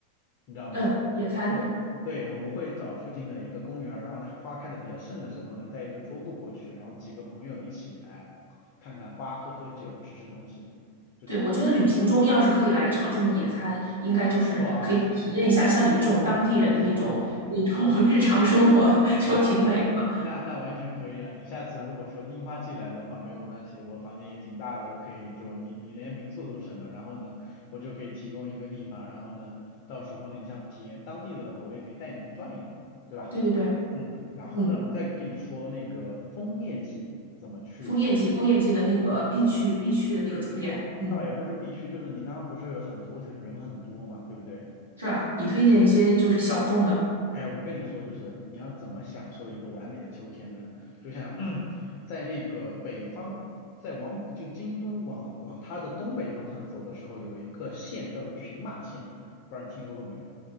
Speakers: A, on the left; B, on the right.
A: 你知道吗？
B: 嗯，野餐，
A: 就对，我们会找附近的一个公园儿然后呢花开的比较盛的时候呢，带一个桌布过去，然后几个朋友一起，哎，看看花，喝喝酒，吃吃东西，就这种感觉
B: 对，我觉得旅行中要是可以来一场这么野餐，应该就是可以体验一下像你们这种当地人的那种那种
A: 不错啊。
B: <laughs> 日常生活，就挺美的。
A: 哎，那那完全可以啊。你下次如果说樱花季来的话，没有关系，我房间也挺大的，我可以就你你连民宿都省了，然后呢，我就可以提供一个地方，然后呢，到时候呢，你想体验当地的话，我也可以带你去转一转，对吧？
B: 对对对，
A: 嗯，然后呢，
B: 嗯，
A: 我再跟你说那个枫叶季怎么去好的地方。
B: 枫叶季，枫叶季的那个必去必去的那个景点，
A: 是，
B: 嗯，
A: 倒也不是必去，就是你刚刚不是很头疼，人很多嘛，对不对？
B: 是吧？你推荐一些就是小众的，
A: 哎，我跟你说，就是你要怎么享受一个完美的秋天呢？就像 <clears throat> 在那个北方，在往就京都往往它的东北方向走的时候，有一个县叫做群马县，不知道你听说过没有？